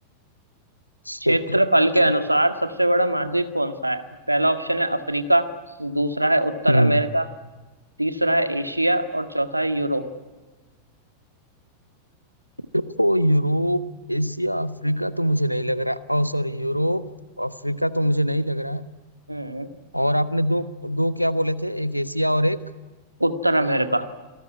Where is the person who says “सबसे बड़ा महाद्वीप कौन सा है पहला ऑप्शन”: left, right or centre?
Right